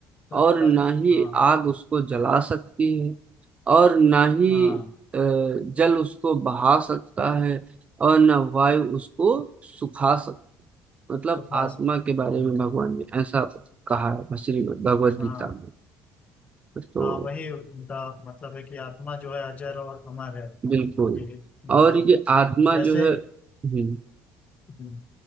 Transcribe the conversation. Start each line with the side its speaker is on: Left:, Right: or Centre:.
Left: लगता
Right: और ना
Left: है
Right: ही
Left: हाँ
Right: आग उसको जला सकती है और ना ही
Left: हाँ
Right: अ, जल उसको बहा सकता है और ना वायु उसको सुखा मतलब
Left: तो खास
Right: आत्मा
Left: है।
Right: के बारे
Left: हम्म,
Right: में भगवान ने ऐसा कहा है श्री भगवत गीता
Left: हाँ
Right: में तो
Left: हाँ वही उनका मतलब है कि आत्मा जो है अजर और अमर है
Right: बिल्कुल
Left: कि मतलब
Right: और ये आत्मा
Left: जैसे
Right: जो है हम्म,
Left: हम्म,